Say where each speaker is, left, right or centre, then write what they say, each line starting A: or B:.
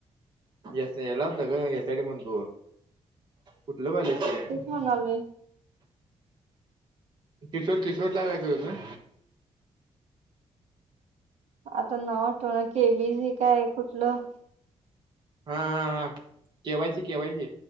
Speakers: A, on the right; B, on the right.
A: येस याला होत ग एसय म्हण तू कुठलं बलेस
B: तेस म्हणालय
A: किशोर किशोर लागाय तोजून
B: आता ना वाटतव ना की एबीसी काय कुठलं
A: हा हा हा केवायची केवायची